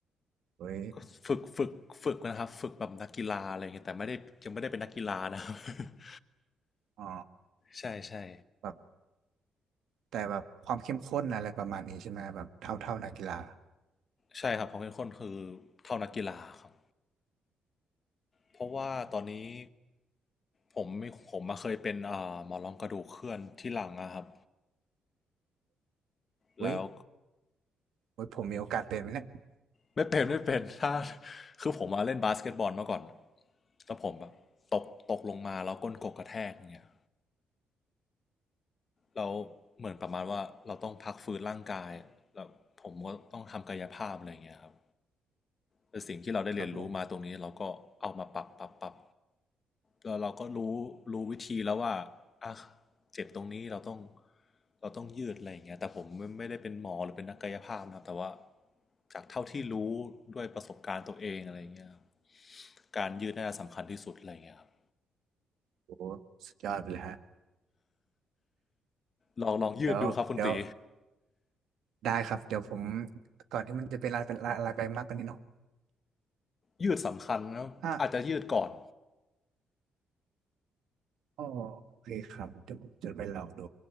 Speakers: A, on the right (about 75°); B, on the left (about 40°).
A: อุ้ย
B: ก็ฝึกฝึกฝึกนะครับฝึกแบบนักกีฬาอะไรเงี้ยแต่ไม่ได้ยังไม่ได้เป็นนักกีฬานะครับ <laughs>
A: อ๋อ
B: ใช่ใช่
A: แบบแต่แบบความเข้มข้นอะไรประมาณนี้ใช่ไหมแบบเท่าเท่านักกีฬา
B: ใช่ครับผมเป็นคนคือเท่านักกีฬาครับเพราะว่าตอนนี้ผมมีผมมาเคยเป็นเอ่าหมอนรองกระดูกเคลื่อนที่หลังอะครับ แล้ว
A: อุ้ยอุ้ยผมมีโอกาสเป็นไหมเนี่ย
B: ไม่เป็นไม่เป็นถ้าคือผมมาเล่นบาสเกตบอลมาก่อนแล้วผมแบบตกตกลงมาแล้วก้นกกกระแทกอย่างเงี้ยแล้วเหมือนประมาณว่าเราต้องพักฟื้นร่างกายแล้วผมก็ต้องทำกายภาพอะไรอย่างเงี้ยครับแต่สิ่งที่เราได้เรียนรู้มาตรงนี้เราก็เอามาปรับปรับปรับ
A: ครับผม
B: แล้วเราก็รู้รู้วิธีแล้วว่าอ่ะเจ็บตรงนี้เราต้องเราต้องยืดอะไรอย่างเงี้ยแต่ผมไม่ไม่ได้เป็นหมอหรือเป็นนักกายภาพนะครับแต่ว่าจากเท่าที่รู้ด้วยประสบการณ์ตัวเองอะไรอย่างเงี้ย การยืดน่าจะสำคัญที่สุดอะไรอย่างเงี้ยครับ
A: โอ้สุดยอดไปเลยฮะ
B: ลองลองยืดดูครับคุณตี
A: เดี๋ยวเดี๋ยวได้ครับ เดี๋ยวผมก่อนที่มันจะเป็นอะไรเป็นลายอะไรไปมากกว่านี้เนาะ
B: ยืดสำคัญนะอาจจะยืดก่อน
A: อ่ะอ๋อโอเคครับเดี๋ยวผมจะไปลองดู